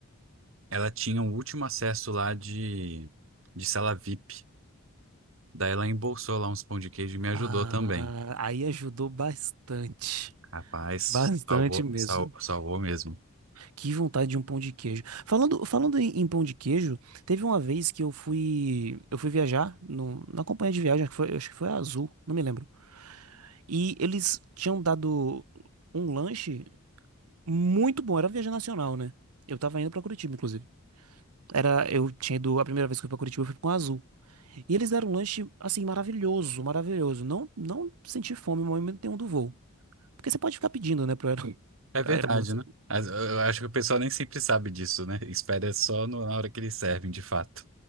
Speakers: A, on the right; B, on the right.
A: ela tinha o último acesso lá de, de sala VIP. Daí ela embolsou lá uns pão de queijo e me ajudou
B: Ah,
A: também.
B: aí ajudou bastante.
A: Rapaz,
B: Bastante
A: salvou,
B: mesmo.
A: sal, salvou mesmo.
B: Que vontade de um pão de queijo. Falando, falando em, em pão de queijo, teve uma vez que eu fui, eu fui viajar no, na companhia de viagem, que foi, acho que foi a Azul, não me lembro. E eles tinham dado um lanche muito bom, era viagem nacional, né? Eu tava indo pra Curitiba, inclusive. Era, eu tinha ido, a primeira vez que eu fui pra Curitiba, eu fui com a Azul. E eles deram um lanche, assim, maravilhoso, maravilhoso. Não, não senti fome no momento nenhum do voo. Porque você pode ficar pedindo, né, pro aero... <laughs>
A: É
B: pra
A: verdade,
B: aeromoça.
A: né? Mas Eu eu acho que o pessoal nem sempre sabe disso, né? Espera só no- na hora que eles servem, de fato.